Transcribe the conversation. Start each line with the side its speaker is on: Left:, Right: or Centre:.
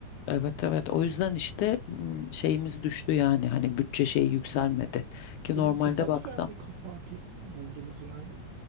Left: Evet evet o yüzden işte hmm, şeyimiz düştü yani hani bütçe şeyi yükselmedi. Ki
Right: Bir de
Left: normalde
Right: bunu tesadüfen
Left: baksam
Right: mi ka- fark ettin buldunuz yani?